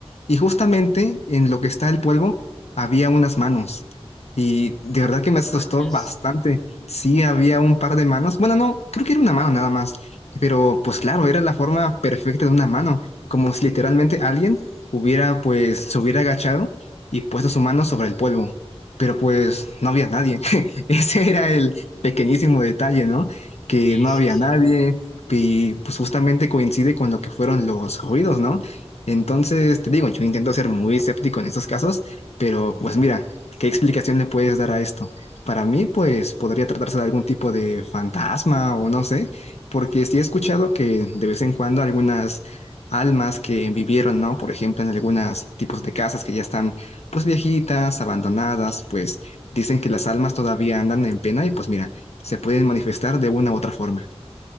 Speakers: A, on the left (about 80°); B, in the centre.
A: Y justamente
B: No
A: en lo que está el polvo había unas manos. Y de verdad que me asustó
B: no manches.
A: bastante. Sí, había un par de manos. Bueno, no, creo que era una mano nada más. Pero pues claro, era la forma perfecta de una mano. Como si literalmente alguien hubiera, pues, se hubiera agachado y puesto su mano sobre el polvo. Pero pues no había nadie. <laughs> Ese era el pequeñísimo detalle, ¿no? que
B: Sí,
A: no
B: sí,
A: había
B: sí,
A: nadie, y pues justamente coincide con lo que fueron los ruidos, ¿no? Entonces, te digo, yo intento ser muy escéptico en estos casos, pero pues mira, ¿qué explicación le puedes dar a esto? Para mí, pues podría tratarse de algún tipo de fantasma o no sé, porque sí he escuchado que de vez en cuando algunas almas que vivieron, ¿no? Por ejemplo, en algunos tipos de casas que ya están pues viejitas, abandonadas, pues dicen que las almas todavía andan en pena y pues mira se pueden manifestar de una u otra forma.